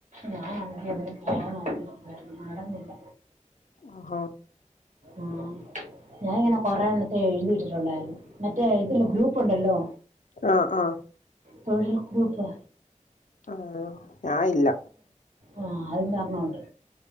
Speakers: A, on the right (about 70°); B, on the left (about 75°).
A: ഞാൻ ആണെങ്കിൽ അതിന് പോകണോന്ന് കരുതിയതാ നടന്നില്ല
B: ആഹ
A: ആഹ ഞാാനിങ്ങനെ കൊറെ എണ്ണത്തെ എഴുതിയിട്ടിട്ടുണ്ടായിരുന്നു മറ്റേ ഇതില്ലാം ഗ്രൂപ്പ് ഉണ്ടല്ലോ?
B: ആഹ് ആഹ
A: തൊഴിൽ ഗ്രൂപ്പ്‌
B: ആഹ ഞാന ഇല്ല
A: ആഹ അതിലൊരെണ്ണം ഉണ്ട്.